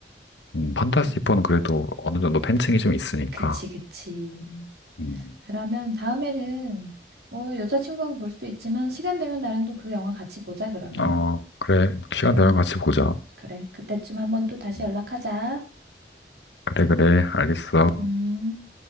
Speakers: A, on the left; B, on the right.
A: 음, 판타스티포는
B: 그,
A: 그래도 어느 정도 팬층이 좀 있으니까.
B: 그치, 그치.
A: 음,
B: 그러면 다음에는 뭐 여자친구하고 볼 수도 있지만 시간 되면 나랑도 그 영화 같이 보자 그러면.
A: 어, 그래. 시간
B: 그럼
A: 되면 같이 보자.
B: 그래. 그때쯤 한번 또 다시
A: 음,
B: 연락하자.
A: 그래, 그래. 알겠어.
B: 음.